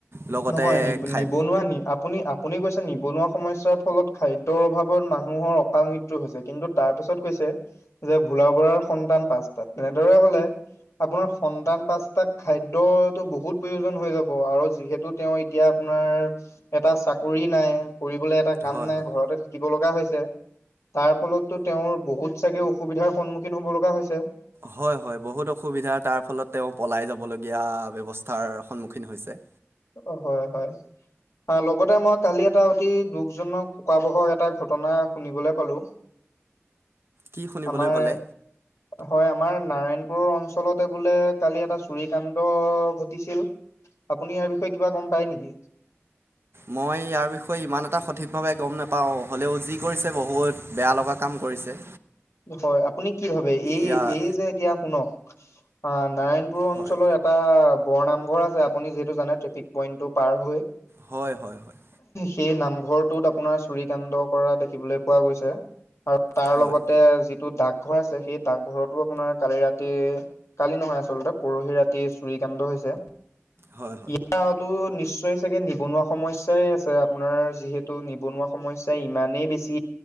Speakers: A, on the right (about 55°); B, on the left (about 85°).
A: লগতে
B: নহয় নি
A: খাই
B: নিবনুৱা নি আপুনি আপুনি কৈছে নিবনুৱা সমস্যাৰ ফলত খাদ্যৰ অভাৱত মানুহৰ অকাল মৃত্যু হৈছে কিন্তু তাৰ পিছত কৈছে যে। গাঁও বঢ়াৰ সন্তান পাঁচটাত তেনেদৰে হ'লে- আপোনাৰ সন্তান পাঁচতাক খাদ্যতো বহুত প্ৰয়োজন হৈ যাব আৰু যিহেতু তেওঁ এতিয়া আপোনাৰ এটা চাকৰি নাই কৰিবলে এটা কাম
A: হয়
B: নাই
A: হয়।
B: ঘৰতে থাকিব লগা হৈছে তাৰ ফলতো তেওঁৰ বহুত চাগে অসুবিধাৰ সন্মুখীন হব লগা হৈছে।
A: হয় হয় বহুত অসুবিধাৰ তাৰ ফলত তেওঁ পলাই যাবলগীয়া ব্যৱস্থাৰ সন্মুখীন হৈছে।
B: অ হয় হয়। লগতে মই কালি এটা অতি দুখজনক শোকাবহৰ এটা ঘটনা শুনিবলৈ পালো
A: কি শুনিবলৈ
B: আমাৰ
A: পালে?
B: হয় আমাৰ- নাৰায়ণপুৰৰ অঞ্চলতে বোলে কালি এটা চুৰিকাণ্ড ঘটিছিল আপুনি ইয়াৰ বিষয়ে কিবা গম পাই নেকি
A: মই ইয়াৰ বিষয়ে ইমান এটা সঠিকভাৱে গম নাপাওঁ হ'লেও যি কৰিছে বহুত বেয়া লগা কাম কৰিছে
B: হয় আপুনি কি ভাবে এই
A: ইয়াৰ
B: এই যে এতিয়া শুনক আ নাৰায়ণপুৰ অঞ্চলৰ
A: হয়
B: এটা বৰ নামঘৰ আছে আপুনি যিহেতু জানে ট্ৰেফিক পইন্টটো পাৰ হৈ
A: হয় হয় হয়।
B: সেই নামঘৰটোত আপোনাৰ চুৰি কাণ্ড কৰা দেখিবলৈ পোৱা গৈছে আৰু তাৰ
A: হয়
B: লগত। যিটো ডাকঘৰ আছে সেই ডাকঘৰতো আপোনাৰ কালি ৰাতি কালি নহয় আচলতে পৰহি ৰাতি। চুৰিকাণ্ড হৈছে
A: হয় হয়
B: ইয়াৰো নিশ্চয় চাগে নিবনুৱা সমস্যাই আছে। আপোনাৰ যিহেতু নিবনুৱা সমস্যা ইমানেই বেছি